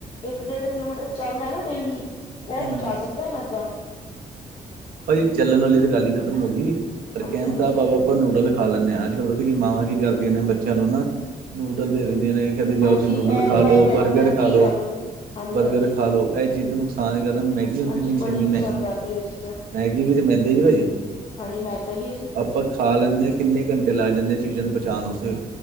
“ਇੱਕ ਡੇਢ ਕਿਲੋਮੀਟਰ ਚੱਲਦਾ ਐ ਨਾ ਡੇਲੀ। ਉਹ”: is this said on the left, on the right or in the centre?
Left